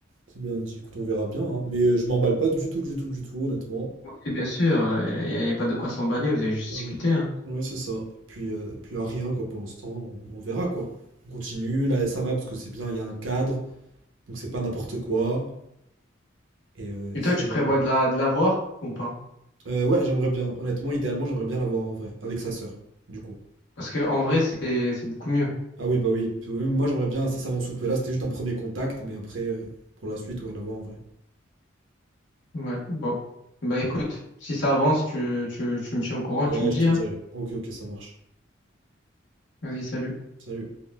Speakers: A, on the right; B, on the left.
A: C'est bien dit. Écoute, on verra bien, hein. Mais euh, je m'emballe pas du tout, du tout, du tout, honnêtement.
B: Et bien sûr, il n'y a, y a pas de quoi s'emballer, vous avez juste
A: Ouais,
B: discuté. hein.
A: Ouais, c'est ça. Puis, euh, puis là, rien, quoi, pour l'instant, on, on verra, quoi. On continue, là, ça va, parce que c'est bien, il y a un cadre, donc c'est pas n'importe quoi. Et, euh,
B: Et
A: et c'est
B: toi,
A: ça
B: tu
A: que
B: prévois
A: j'aime bien.
B: de la, de la voir ou pas?
A: Euh, ouais, j'aimerais bien. Honnêtement, idéalement, j'aimerais bien l'avoir en vrai, avec sa sœur, du coup.
B: Parce que en vrai, c'est, c'est beaucoup mieux.
A: Ah oui, bah oui. Puis, oui, Moi, j'aimerais bien incessamment sous peu. Là, c'était juste un premier contact, mais après, euh, pour la suite, ouais, l'avoir en vrai.
B: Ouais, bon. Bah écoute, si ça avance, tu, tu, tu me tiens au courant,
A: Ouais,
B: tu me dis,
A: je te
B: hein.
A: dirai. Ok, ok, ça marche.
B: Vas-y, salut.
A: Salut.